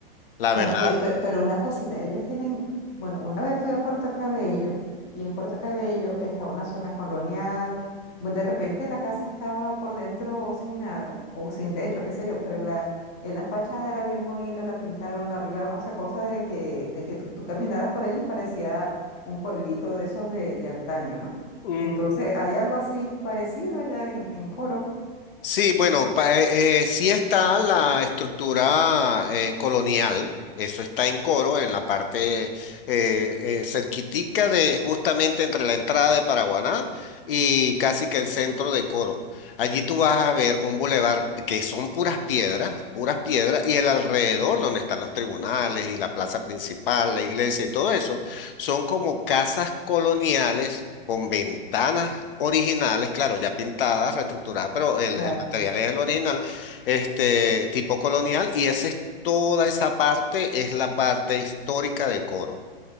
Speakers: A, on the left (about 65°); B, on the left (about 15°).
A: La
B: Ya,
A: verdad.
B: ve- pe- pero una cosita, ellos tienen, bueno, una vez fui a Puerto Cabello y en Puerto Cabello estaba una zona colonial, bueno, de repente la casa estaba por dentro sin nada o sin techo, qué sé yo, pero la, eh, la fachada era bien bonita, la pintaron, la arreglaron, o sea, cosa de que, de que tú, tú caminaras por allí parecía un pueblito de esos de, de antaño, ¿no?
A: mm,
B: Entonces, hay algo así parecido allá en, en Coro.
A: Sí, bueno, pa- eh, eh, sí está la estructura eh, colonial, eso está en Coro, en la parte eh, eh, cerquitica de justamente entre la entrada de Paraguaná y casi que el centro de Coro. Allí tú vas a ver un bulevar que son puras piedras, puras piedras, y el alrededor donde están los tribunales y la plaza principal, la iglesia y todo eso. Son como casas coloniales con ventanas originales, claro, ya pintadas, reestructuradas, pero el,
B: Claro.
A: el material es el original, este tipo colonial, y esa es toda esa parte, es la parte histórica de Coro.